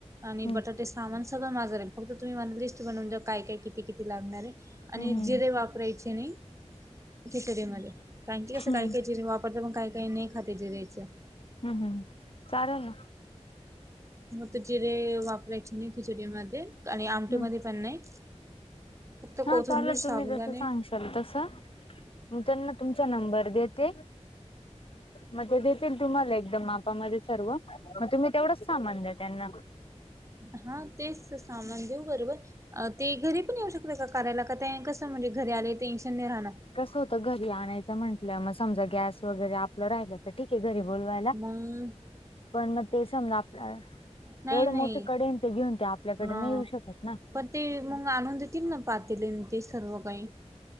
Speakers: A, on the right; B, on the left.
A: आणि
B: हम्म
A: बटाटे सामान सगळं माजर राहील फक्त तुम्ही मन लिस् बनवून द्या काय काय किती किती लागणार आहे. आणि
B: हम्म
A: जिरे वापरायचे नाही किचरीे मध्ये कारण की कसं
B: हम्म
A: काही काहीय ज वाप. पण काही काही नाही खात्या दयच अ.
B: हम्म हम्म चालेल ना
A: मग तर जिरे वापरायचे नाही खिचडी म आणि आमटे
B: हम्म
A: म पण नाही. फक्त
B: हा
A: कोथंबीर
B: चाल
A: शाबुदाणे
B: तुम्ही जस सांगशाल तस त्यांना तुमचा नंबर देत. ते मग ते देतील तुम्हाला एकदम मापामध्ये सर्व मग तुम्ही. तेवढंच साबंध आहे त्यांना.
A: हा तेच सामान देऊ बरोबर. ते घरी पण येऊ शकत का कार्यायला का ते कस म्हणजे घरी आले टेन्शन नाही राहणार.
B: होत घरी आणायचं म्हटलं मग समजा गॅस वगैरे आपलं राहिल. ठीक आहे घरी बोलवायला
A: मग
B: पण मग ते समज आपल्या.
A: नाही
B: एवढं
A: नाही
B: मोठं कडेन ते घेऊन ते आपल्याकडे
A: हा
B: नाही येऊ शकत ना.
A: पण ते मग आणून देतील ना पातेले ते सर्व काही.